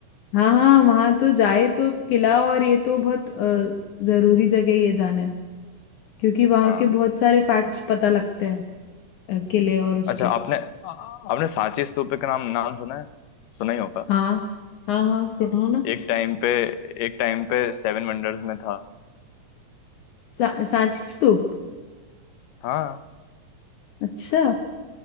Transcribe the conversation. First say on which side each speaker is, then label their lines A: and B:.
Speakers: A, on the left (about 70°); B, on the left (about 90°).
A: हाँ हाँ वहां तो जाए तो किला और ये तो बहुत अ, जरूरी जगह ये जाना है क्योंकि वहां
B: हाँ
A: के बहुत सारे फैक्ट्स पता लगते हैं अ, किले और उसके
B: अच्छा आपने आपने सांची स्तूप के नाम नाम सुना है सुना ही होगा
A: हाँ हाँ हाँ सुनाओ ना
B: एक टाइम पे एक टाइम पे सेवन वंडर्स में था
A: सा, सांची स्तूप
B: हाँ
A: अच्छा